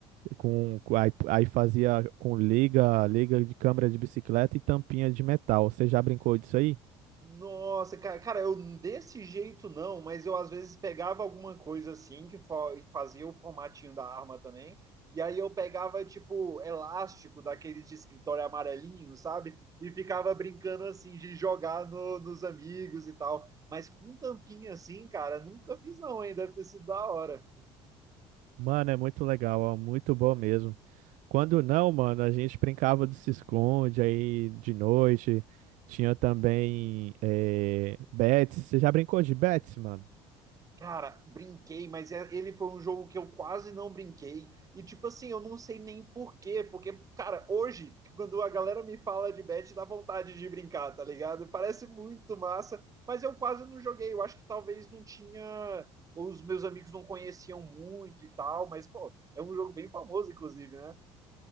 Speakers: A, on the right; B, on the right.
A: com, com- aí, aí fazia com liga, liga de câmara de bicicleta e tampinha de metal. Você já brincou disso aí?
B: Nossa, ca- cara, eu desse jeito não, mas eu às vezes pegava alguma coisa assim que fo- e fazia o formatinho da arma também, e aí eu pegava tipo elástico daqueles de escritório amarelinho, sabe? E ficava brincando assim de jogar no- nos amigos e tal. Mas com tampinha assim, cara, nunca fiz não, hein? Deve ter sido da hora.
A: Mano, é muito legal, ó, muito bom mesmo. Quando não, mano, a gente brincava de se esconde aí de noite. Tinha também eh, bets. Você já brincou de bets, mano?
B: Cara, brinquei, mas é- ele foi um jogo que eu quase não brinquei. E, tipo assim, eu não sei nem por quê. Porque, cara, hoje, quando a galera me fala de bet, dá vontade de brincar, tá ligado? Parece muito massa, mas eu quase não joguei. Eu acho que talvez não tinha. Os meus amigos não conheciam muito e tal. Mas, pô, é um jogo bem famoso, inclusive, né?